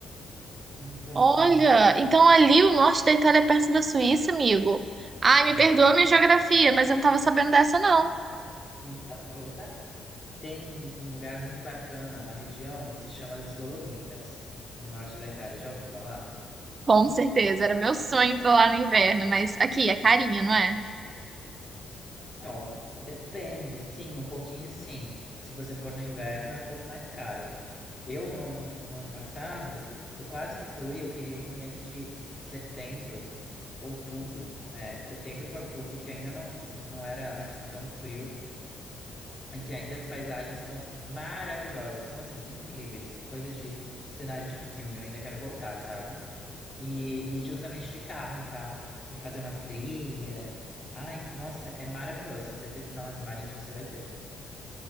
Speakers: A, on the left (about 30°); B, on the right (about 40°).
A: Então,
B: Olha,
A: são,
B: então ali o norte da Itália é perto da Suíça, amigo. Ai, me
A: é,
B: perdoa a minha geografia, mas eu não tava sabendo dessa, não.
A: então, pois é. Tem um lugar muito bacana, uma região que se chama as Dolomitas, no norte da Itália. Já ouviu falar?
B: Com certeza, era meu sonho ir pra lá no inverno, mas aqui é carinho, não é?
A: Então, depende, sim, um pouquinho sim. Se você for no inverno, é um pouco mais caro. Eu, no ano, no ano passado, eu quase fui, eu queria ir no mês de setembro, outubro, é, de setembro para outubro, que ainda não, não era assim tão frio, e que ainda as paisagens são maravilhosas, são assim, incríveis, coisa de cenário de filme, eu ainda quero voltar, sabe? E, e justamente de carro, sabe? E fazer umas trilhas. Ai, nossa, é maravilhoso. Se você pesquisar umas imagens, você vai ver.